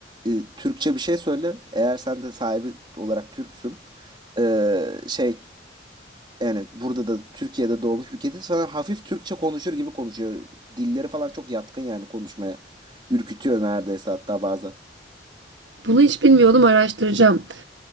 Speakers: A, on the right (about 25°); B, on the right (about 75°).
A: e, Türkçe bir şey söyle. Eğer sen de sahibi olarak Türksün. e, şey Evet, burada da Türkiye'de doğmuş bir kedi. Sana hafif Türkçe konuşur gibi konuşuyor. Dilleri falan çok yatkın yani konuşmaya. Ürkütüyor neredeyse hatta bazen.
B: Bunu hiç bilmiyordum araştıracağım